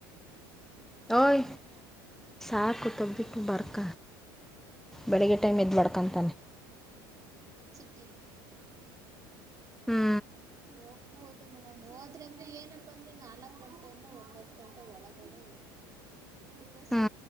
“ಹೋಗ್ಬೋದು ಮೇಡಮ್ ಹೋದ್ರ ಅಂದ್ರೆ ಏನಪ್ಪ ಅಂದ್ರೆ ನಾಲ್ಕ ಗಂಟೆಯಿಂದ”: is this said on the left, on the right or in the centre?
Right